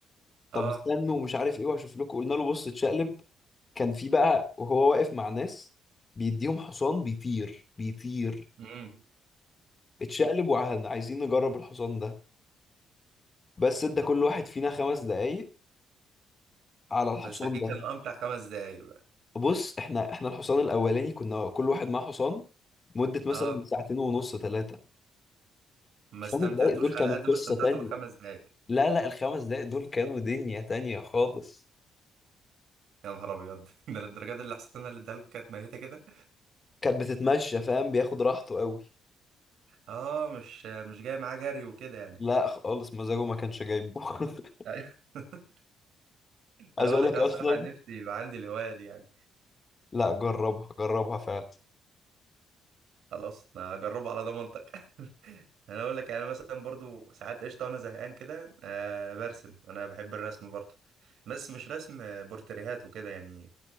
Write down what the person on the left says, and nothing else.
طب
استنوا ومش عارف ايه وهشوف لكم قلنا له بص اتشقلب كان في بقى وهو واقف مع ناس بيديهم حصان بيطير بيطير
اتشقلب وعايزين نجرب الحصان ده بس ادى كل واحد فينا خمس دقايق على الحصان
ده
بص احنا احنا الحصان الاولاني كنا كل واحد معاه حصان مدة مثلا
ساعتين ونص ثلاثة
الخمس
دقايق دول كانوا
قصة
تانية
لا لا الخمس دقايق دول كانوا دنيا تانية خالص
كانت بتتمشى فاهم بياخد راحته قوي
لا خالص مزاجه ما كانش جايبه <laughs>
عايز
اقول
لك اصلا
لا جربها جربها فعلا